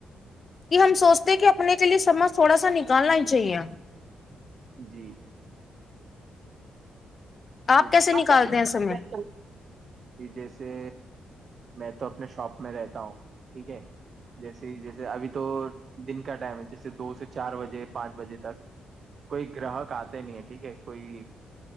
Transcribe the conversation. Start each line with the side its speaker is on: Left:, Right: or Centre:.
Left: کہ ہم سوچتے کہ اپنے کے لیے سمج تھوڑا سا نکالنا چیا <unintelligible>
Right: جی
Left: آپ
Right: بالکل
Left: کیسے نکالتے ہیں سمے
Right: جی <unintelligible> سے میں تو <unintelligible> اپنے شاپ میں رہتا ہوں ٹھیک ہے جیسے جیسے ابھی تو دن کا ٹائم ہے جیسے دو سے چار بجے پانچ بجے تک کوئی گراہک آتے نہیں ہے ٹھیک ہے کوئی